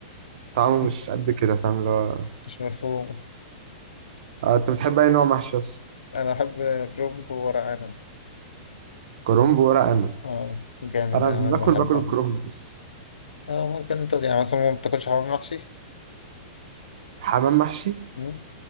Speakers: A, on the right; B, on the left.
A: طعمه
B: <laughs>
A: مش قد كده فاهم اللي هو
B: مش مفهوم
A: آه، أنت بتحب أي نوع محشي أصلا؟
B: أنا بحب كرنب وورق عنب
A: كرنب وورق عنب
B: آه جامد
A: أنا
B: أنا
A: باكل
B: بحبهم
A: باكل الكرنب بس
B: آه ممكن أنت يعني مثلا ما بتاكلش حمام محشي
A: حمام محشي
B: مم؟